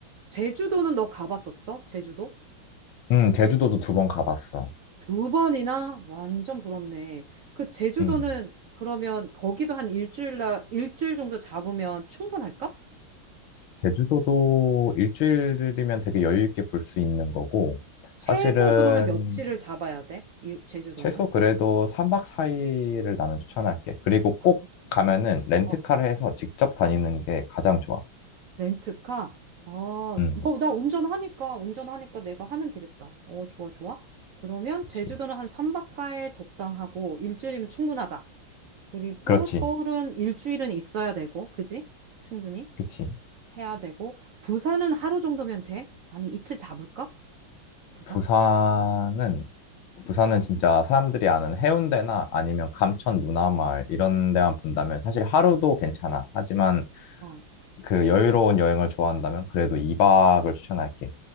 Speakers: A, on the right; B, on the left.
A: 제주도는 너 가봤었어? 제주도?
B: 음, 제주도도 두 번 가봤어.
A: 두 번이나? 완전 부럽네. 그 제주도는
B: 음,
A: 그러면 거기도 한 일주일, 나 일주일 정도 잡으면 충분할까?
B: 제주도도 일주일이면 되게 여유 있게 볼 수 있는 거고,
A: 최소
B: 사실은
A: 그러면 며칠을 잡아야 돼? 일, 제주도는?
B: 최소 그래도 3박 4일을 나는 추천할게. 그리고
A: 아,
B: 꼭 가면은 렌트카를
A: 어,
B: 해서 직접 다니는 게 가장 좋아.
A: 렌트카? 아, 어,
B: 음,
A: 나 운전하니까, 운전하니까 내가 하면 되겠다. 어, 좋아, 좋아. 그러면
B: 그렇지.
A: 제주도는 한 3박 4일 적당하고, 일주일이면 충분하다. 그리고
B: 그렇지.
A: 서울은 일주일은 있어야 되고, 그지? 충분히
B: 그렇지.
A: 해야 되고, 부산은 하루 정도면 돼? 아니, 이틀 잡을까? 부산?
B: 부산은 부산은 진짜 사람들이 아는 해운대나 아니면 감천 문화마을 이런 데만 본다면 사실 하루도 괜찮아. 하지만
A: 어.
B: 그 여유로운 여행을 좋아한다면 그래도 2박을 추천할게.